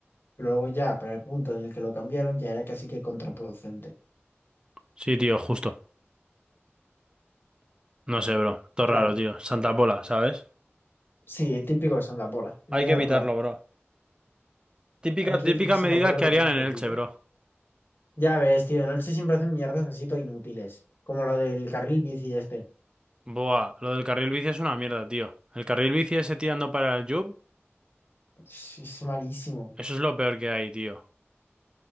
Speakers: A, on the left (about 55°); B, on the right (about 20°).
A: Pero luego ya, para el punto en el que lo cambiaron, ya era casi que contraproducente.
B: Sí, tío, justo. No sé, bro. Todo
A: Claro.
B: raro, tío. Santa Pola, ¿sabes?
A: Sí, típico de Santa liarla.
B: Hay que evitarlo, bro. Típica,
A: Hay que
B: típica
A: ir en Santa
B: medida
A: lo
B: que harían
A: menos
B: en
A: posible.
B: Elche, bro.
A: Ya ves, tío, en el se siempre hacen mierdas así todo inútiles, como lo del carril bici este.
B: Buah, lo del carril bici es una mierda, tío. El carril bici ese tirando para el Jub,
A: Sí, Es malísimo.
B: eso es lo peor que hay, tío.